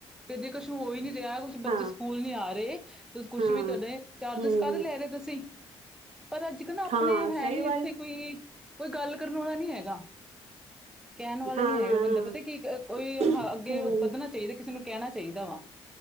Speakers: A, in the centre; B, on the right.
A: ਤੇ ਜੇ ਕੁਛ ਹੋਈ ਨੀ ਰਿਹਾ ਬੱਚੇ
B: ਹਾਂ,
A: ਸਕੂਲ ਨੀ ਆ ਰਹੇ ਕੁਛ
B: ਹਾਂ,
A: ਵੀ ਤੁਹਾਡੇ ਚਾਰਜਿਸ
B: ਹੂੰ,
A: ਕਾਹਦੇ ਲੈ ਰਹੇ ਤੁਸੀਂ? ਪਰ ਅੱਜ ਕੱਲ ਨਾ ਆਪਣੇ
B: ਹਾਂ
A: ਹੈ
B: ਸਹੀ
A: ਨੀ ਇੱਥੇ
B: ਗੱਲ
A: ਕੋਈ ਕੋਈ ਗੱਲ ਕਰਨ ਵਾਲਾ ਨੀ ਹੈਗਾ। ਕਹਿਣ ਵਾਲਾ
B: ਹਾਂ,
A: ਨੀ ਹੈਗਾ ਬੰਦਾ। ਪਤਾ ਕੀ, ਕੋਈ
B: ਹਾਂ,
A: ਹ ਅੱਗੇ
B: ਹੂੰ।
A: ਵੱਧਣਾ ਚਾਹੀਦਾ ਕਿਸੇ ਨੂੰ ਕਹਿਣਾ ਚਾਹੀਦਾ ਵਾ।